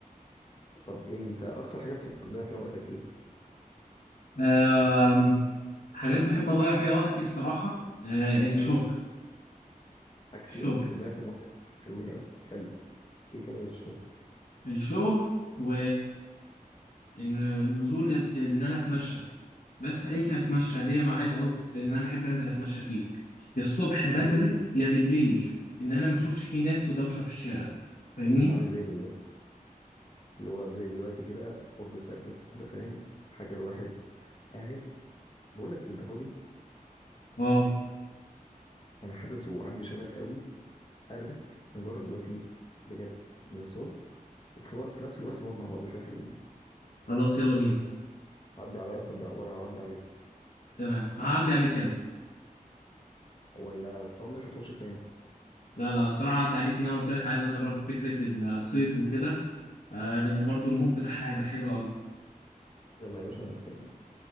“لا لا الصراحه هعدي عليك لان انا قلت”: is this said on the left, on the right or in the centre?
Left